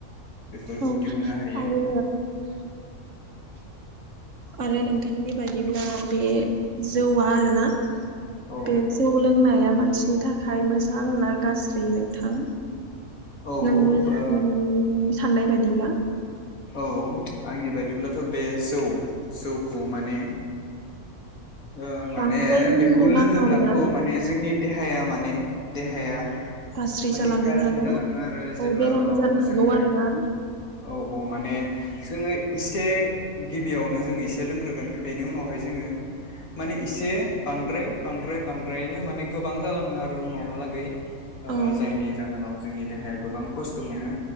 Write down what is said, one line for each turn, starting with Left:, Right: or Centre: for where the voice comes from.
Left: बेफोरखौ
Right: औ
Left: दिहुननो हायो
Right: आरो आरो
Left: औ
Right: नोंथांनि बाय दिब्ला बे जौआ आरोना
Left: औ
Right: बे जौ लोंनाया मानसिनि थाखाय मोजां ना गाज्रि नोंथां
Left: औ
Right: नोंनि
Left: बा
Right: नों साननाय बायदिब्ला?
Left: औ आंनि बायदिब्लाथ' बे जौ जौखौ माने ओ
Right: बांद्राय
Left: माने
Right: लोंनो
Left: बेखौ लोङोब्लाथ'
Right: नाङा आरोना
Left: माने जोंनि देहाया माने देहाया
Right: गाज्रि
Left: माने
Right: जालाङो
Left: गाज्रि
Right: आरो
Left: जालाङो
Right: ना
Left: आरो जेब्ला
Right: औ बेरामबो जानो हागौ
Left: जोङो
Right: आरो ना?
Left: औ औ माने जोङो एसे गिबियावनो जोंनि एसे लोंग्रोगोन बेनि उनावहाय जोङो माने एसे बांद्राय बांद्राय बांद्रायैनो माने गोबां जालाङो आरो उनावहालागै ओ
Right: औ
Left: जायनि जाहोनाव जोंनि देहाया गोबां खस्थ' मोनो